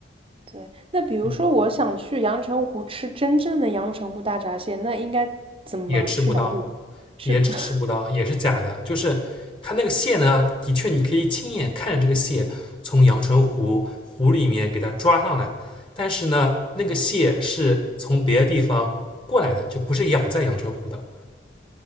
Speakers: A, on the right; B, on the left.
A: 对，那比如说我想去阳澄湖吃真正的阳澄湖大闸蟹，
B: 嗯，
A: 那应该怎么去哪里吃？
B: 也吃不到，也只吃不到，
A: 是 <laughs>
B: 也是假的。就是它那个蟹呢，的确你可以亲眼看着这个蟹从阳澄湖湖里面给它抓上来，但是呢，那个蟹是从别的地方过来的，就不是养在阳澄湖的。